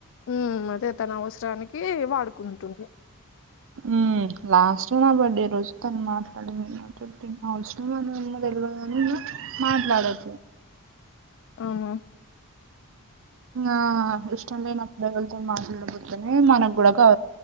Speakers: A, on the left; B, on the right.
A: ఉమ్ అదే తన అవసరానికి వాడుకుంటుంది
B: ఉమ్ లాస్ట్ నా బర్త్డే రోజు తను మాట్లాడింది నా తోటి అవసరం <unintelligible> <unintelligible> మాట్లాడదు
A: ఆహా
B: ఆహా ఇష్టం లేనపుడు ఎవరితో మాట్లాడకుండానే మనకు కూడా కా